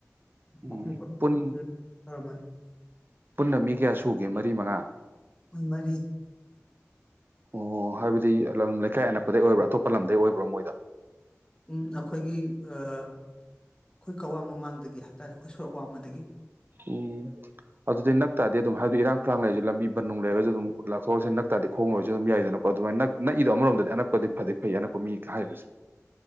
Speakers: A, on the right; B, on the left.
A: ꯎꯝ
B: ꯃꯈꯐꯝ
A: ꯄꯨꯟ
B: ꯇꯧꯔꯝꯃꯅꯤ <unintelligible>
A: ꯄꯨꯟꯅ ꯃꯤ ꯀꯌꯥ ꯁꯨꯒꯦ ꯃꯔꯤ ꯃꯉꯥ
B: ꯃꯣꯏ ꯃꯔꯤ
A: ꯑꯣ ꯍꯥꯏꯕꯗꯤ ꯂꯝ ꯂꯩꯀꯥꯏ ꯑꯅꯛꯄꯗꯩ ꯑꯣꯏꯕ꯭ꯔꯥ ꯑꯇꯣꯞꯄ ꯂꯝꯗꯩ ꯑꯣꯏꯕ꯭ꯔꯥ ꯃꯣꯏꯗ
B: ꯎꯝ ꯑꯩꯈꯣꯏꯒꯤ ꯑꯩꯈꯣꯏ ꯀꯋꯥ ꯃꯃꯥꯡꯗꯒꯤ ꯍꯥꯏꯇꯥꯔꯦ ꯑꯩꯈꯣꯏ ꯁꯣꯔꯣꯛ ꯋꯥꯡꯃꯗꯒꯤ
A: ꯎꯝ ꯑꯗꯨꯗꯤ ꯅꯛ ꯇꯗꯤ ꯑꯗꯨꯝ ꯍꯥꯏꯕꯗꯤ ꯏꯔꯥꯡ ꯐꯔꯥꯡ ꯂꯩꯔꯁꯨ ꯂꯝꯕꯤ ꯕꯟꯅꯨꯡ ꯂꯩꯔꯁꯨ ꯑꯗꯨꯝ ꯂꯥꯛꯊꯣꯛꯑꯁꯤ ꯅꯛ ꯇꯗꯤ ꯈꯣꯡꯉꯔꯁꯨ ꯑꯗꯨꯝ ꯌꯥꯏꯗꯅꯀꯣ ꯑꯗꯨꯃꯥꯏꯅ ꯅ ꯅꯛꯏꯗꯣ ꯑꯃꯔꯣꯝꯗꯗꯤ ꯑꯅꯛꯄꯗꯤ ꯐꯗꯤ ꯐꯩ ꯑꯅꯛꯄ ꯃꯤꯒ ꯍꯥꯏꯕꯁꯦ